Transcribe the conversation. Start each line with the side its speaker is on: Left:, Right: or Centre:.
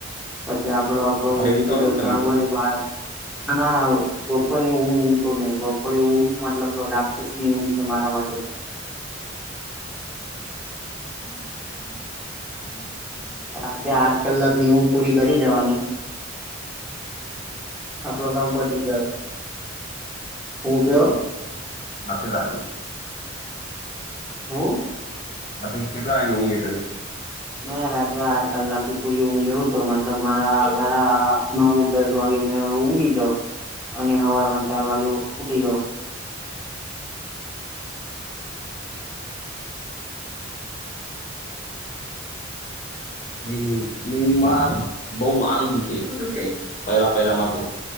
Centre: અચછા. કે આપડો આપડો
Left: બપોરે
Centre: બીજું
Left: ઊંઘતા હોય
Centre: કોઈ
Left: ને તમે
Centre: કામ
Left: તો
Centre: હોય આના બપોરે હ. નહ બપોરે એવુંું મતલબ રાક્ષસની હું છે મારા માટે તો.
Left: હમ હમ હમ.
Centre: રાતે આઠ કલાક ની હું પૂરી કરી લેવાની. આપડ કામ પ ગયા હું કેવ.
Left: રાતે રાતે.
Centre: હ.
Left: હ કેટલા એમ ઊઘે તમે.
Centre: મેં રાત્રે આઠ કલાક થી પૂરી હું લેવું છું મતલબ મારા સાડા નવ દસ વાગે મે. ઉડી જાવ અને હવારમાં ચાર વાગે ઉડી જાવ.
Left: નઈ નઈ ચીનમાં બહ આ. દુઃખી
Centre: ઓકે
Left: પહેલા પહેલા માં તો.